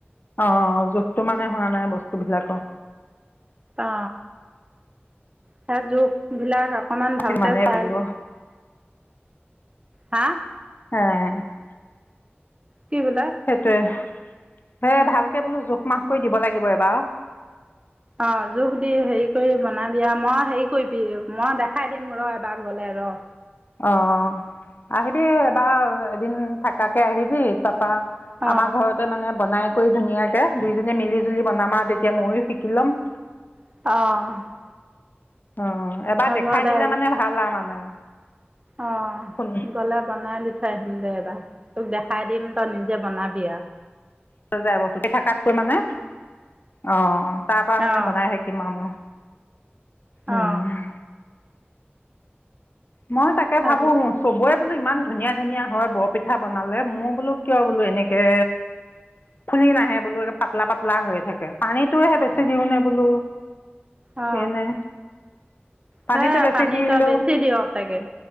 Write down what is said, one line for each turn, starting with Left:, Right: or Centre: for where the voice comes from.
Left: অ, জোখটো মানে হোৱা নাই বস্তু বিলাকৰ
Right: অ সেই জোখবিলাক অকণমান ভালকে
Left: সিমানেই
Right: চাই
Left: লাগিব
Right: ল হা!
Left: হে
Right: কি কলা
Left: সেইটোৱে সে ভালকে বোলো জোখ-মাখ কৰি দিব লাগিব এইবাও
Right: অ জোখ দি হেৰি কৰি বনা বি আ মই হেৰি কৰিবি মই দেখাই দিম ৰ এবাৰ গ'লে ৰ
Left: অ, আহিবি এবাৰ এদিন থাকাকে আহিব তাপা
Right: অ
Left: আমাৰ ঘৰতে মানে বনাই কৰি ধুনীয়াকে, দুইজনীয়ে মিলিজুলি বনাম আৰু। তেতিয়া মইয়ো শিকি লম।
Right: অ
Left: অ, এবাৰ
Right: হ'ব
Left: দেখাই
Right: দে
Left: দিলে মানে ভাল আ মানে।
Right: অ,
Left: ফোন
Right: গ'লে বনাই লি চাই আহিমদে এবাৰ। তোক দেখাই দিম তই নিজে বনাবি আৰু।
Left: খি থকাতকৈ মানে, অ, তাৰ পৰা মানে
Right: অ
Left: বনাই থাক কিমানৰ, উম।
Right: অ
Left: মই তাকে
Right: তাৰপিছত
Left: ভাবোঁ চবৰে বোলো ইমান ধুনীয়া ধুনীয়া হয় বৰপিঠা বনালে, মোৰ বোলো কিয় বোলো এনেকে ফুলি নাহে বোলো এ পাতলা পাতলা হৈ থাকে। পানীটোহে বেছি দিওঁ নে বোলো
Right: অ
Left: নে, পানীটো
Right: সে
Left: বেছি
Right: পানী
Left: দিলো
Right: তই বেছি দিয় চাগে